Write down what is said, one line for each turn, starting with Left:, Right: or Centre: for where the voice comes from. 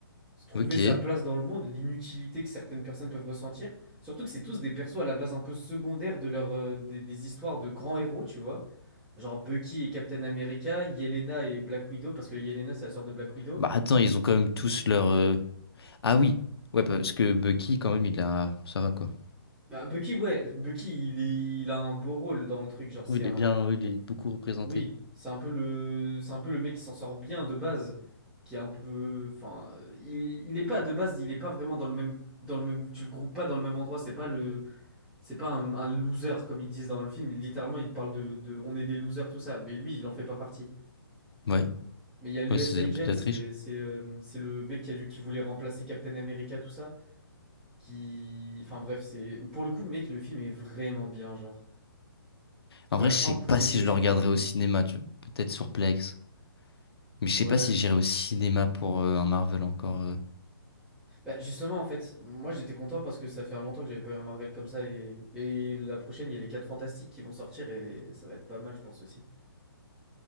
Centre: trouver
Left: Ok.
Centre: sa place dans le monde, l'inutilité que certaines personnes peuvent ressentir. Surtout que c'est tous des persos à la base un peu secondaires de leur, euh, des, des histoires de grands héros, tu vois. Genre Bucky et Captain America, Yelena et Black Widow, parce que Yelena c'est la sœur de Black Widow.
Left: Bah attends, ils ont quand même tous leur. euh, Ah oui, ouais, parce que Bucky, quand même, il a. Ça va quoi.
Centre: Bah, Bucky, ouais, Bucky il, est- il a un beau rôle dans le truc, genre
Left: Je trouve
Centre: c'est
Left: il
Centre: un...
Left: est bien, il est beaucoup représenté.
Centre: Oui, c'est un peu le, c'est un peu le mec qui s'en sort bien de base, qui est un peu... Enfin, il, il est pas de base, il est pas vraiment dans le même... Dans le même, tu le groupes pas dans le même endroit, c'est pas le, C'est pas un, un loser comme ils disent dans le film. Littéralement, ils parlent de, de- on est des losers, tout ça. Mais lui, il en fait pas partie.
Left: Ouais,
Centre: Mais il y a l'US
Left: ouais, c'est
Centre: Agent,
Left: un peu de la
Centre: c'est
Left: triche.
Centre: c'est euh, c'est le mec qui a dû, qui voulait remplacer Captain America, tout ça. Qui, enfin bref, c'est pour le coup, mec, le film est vraiment bien, genre. Bon,
Left: En vrai,
Centre: il y a
Left: je sais
Centre: un point
Left: pas
Centre: négatif
Left: si je le regarderai
Centre: que j'ai vu,
Left: au cinéma,
Centre: mais
Left: tu... peut-être sur Plex. Mais je
Centre: ouais.
Left: sais pas si j'irai au cinéma pour euh, un Marvel encore. euh.
Centre: Bah justement, en fait, moi j'étais content parce que ça fait longtemps que j'avais pas eu un Marvel comme ça et et la prochaine, il y a les 4 Fantastiques qui vont sortir et ça va être pas mal, je pense aussi.